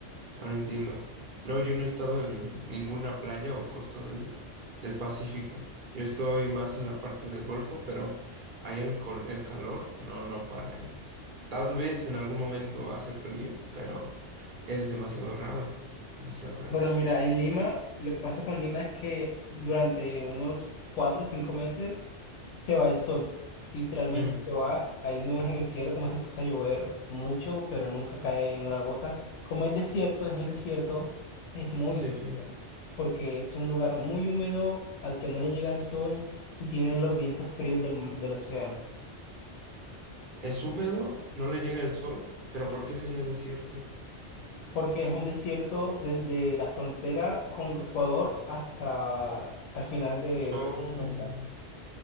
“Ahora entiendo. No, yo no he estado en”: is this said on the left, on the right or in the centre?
Right